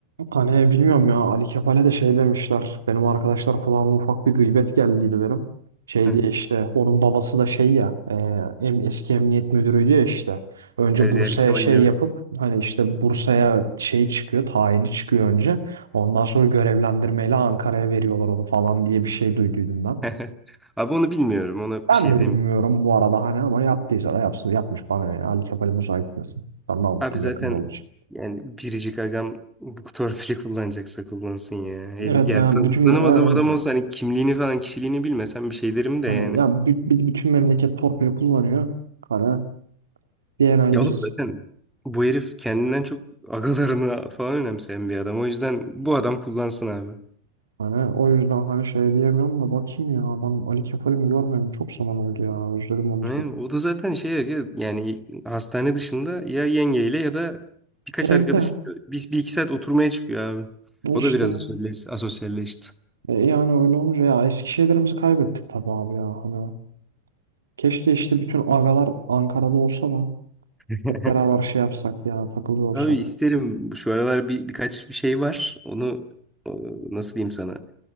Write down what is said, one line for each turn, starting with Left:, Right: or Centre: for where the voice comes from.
Right: Hani bilmiyorum ya Ali Kefal'e de şey demişler. Benim arkadaşlar kulağıma ufak bir gıybet geldiydi benim. Şey
Centre: Heh,
Right: diye işte onun babası da şey ya e, em- eski emniyet müdürüydü ya işte. Önce
Centre: E, Yani
Right: Bursa'ya
Centre: Kemal'in
Right: şey
Centre: evet.
Right: yapıp hani işte Bursa'ya şey çıkıyor tayini çıkıyor önce. Ondan sonra görevlendirmeyle Ankara'ya veriyorlar onu falan diye bir şey duyduydum ben.
Centre: <laughs> Abi onu bilmiyorum. Ona
Right: Ben
Centre: bir şey
Right: de bilmiyorum bu arada hani ama yaptıysa da yapsın yapmış bana ne? Ali Kefal'im uzağa gitmesin. Ben daha mutluyum
Centre: Abi zaten
Right: yakında olacak.
Centre: yani biricik agam bu torpili <laughs> kullanacaksa kullansın ya. El,
Right: Evet
Centre: ya
Right: yani
Centre: tan-
Right: bütün
Centre: tanımadığım
Right: yani
Centre: adam olsa hani kimliğini falan kişiliğini bilmesem bir şey derim de
Right: Hani
Centre: yani.
Right: ya bü- bir- bütün memleket torpili kullanıyor. Hani DNA'yı
Centre: Ya
Right: biz
Centre: oğlum zaten bu herif kendinden çok agalarını falan önemseyen bir adam. O yüzden bu adam kullansın abi.
Right: hani o yüzden hani şey diyemiyorum da bakayım ya ben Ali Kefal'imi görmedim çok zaman oldu ya özledim onu
Centre: Yani
Right: da dur.
Centre: o da zaten şey aga, yani hastane dışında ya yengeyle ya da birkaç
Right: Evde
Centre: arkadaşı biz bir iki saat oturmaya çıkıyor abi. O
Right: işte
Centre: da biraz asosyalleş- asosyalleşti.
Right: e, yani öyle olunca ya eski şeylerimizi kaybettik tabii abi ya hani. Keşke işte bütün agalar Ankara'da olsa da
Centre: <laughs>
Right: hep beraber şey yapsak ya takılıyor olsak.
Centre: Abi isterim şu aralar bir birkaç bir şey var. Onu e, nasıl diyeyim sana?